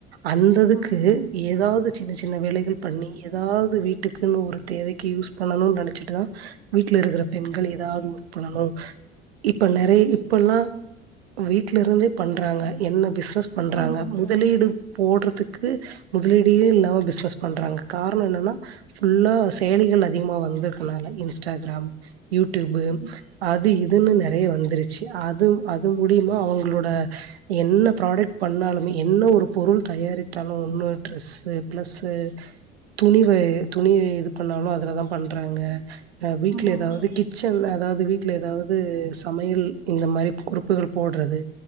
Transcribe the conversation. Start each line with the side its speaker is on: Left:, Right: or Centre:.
Right: அந்ததுக்கு
Left: ஆமா
Right: ஏதாவ்து சின்ன சின்ன வேலைகள் பண்ணி எதாவ்து வீட்டுக்குன்னு ஒரு தேவைக்கு யூஸ் பண்ணணுன் நெனச்சிட்டுதா வீட்ல இருக்கிற பெண்கள் எதாவ்து ஒர்க் பண்ணனு இப்ப நெறைய இப்பல்லா வீட்ல இருந்தே பண்றாங்க என்ன பிஸ்னஸ் பண்றாங்க
Left: ஆமாங்க
Right: முதலீடு
Left: தோழி
Right: போட்ற துக்கு முதலீடே இல்லாம பிஸ்னஸ் பண்றாங்க காரண என்னன்னா ஃபுல்லா செயலிகள் அதிகமா வந்திருக்கனால இன்ஸ்டாகிராம் யூட்யூப்பு
Left: ம்
Right: அது இது துலு நெறைய வந்துருச்சி அது அது மூலியமா அவங்களோட என்ன ப்ராடக்ட் பண்ணாலுமே என்ன ஒரு பொருள் தயாரித்தாலு ஒன்னு ட்ரெஸ்ஸு, பிளஸ்ஸு துணி வ துணி இது பண்ணாலு அதுல தா பண்றாங்க ப்றோ வீட்ல
Left: ஆமாங்க
Right: எதாவது
Left: தோழி
Right: கிச்சன் அதா து வீட்ல எதாவ்து சமையல் இந்த மாரி குறிப்புகள் போட்றது